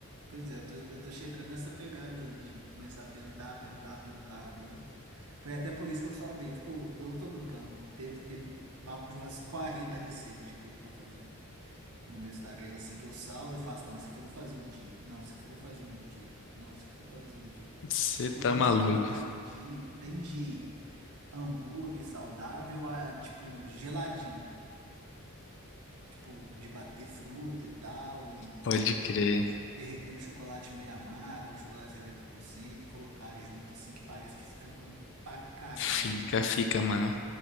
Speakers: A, on the right; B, on the left.
A: Pois é, eu tô, eu tô chegando nessa pegada aí de começar a tentar, tentar, tentar mesmo. Foi até por isso que eu salvei. Ô, eu não tô brincando. Deve ter papo de umas 40 receitas de coisa pra fazer. no meu Instagram, é assim, que eu salvo e faço, não, isso aqui eu vou fazer um dia. Não, isso aqui eu vou fazer um dia. Não, isso aqui eu vou fazer um dia.
B: você tá
A: Pô, tem
B: maluco,
A: de tudo, cara. De, tem de hambúrguer saudável a, tipo, geladinho. Tipo, de bater fruta e tal, e,
B: pode crer.
A: e com- derreter um chocolate meio amargo, um chocolate 70% e colocar junto, assim, que parece que fica bom pra caramba.
B: Fica, fica, mano.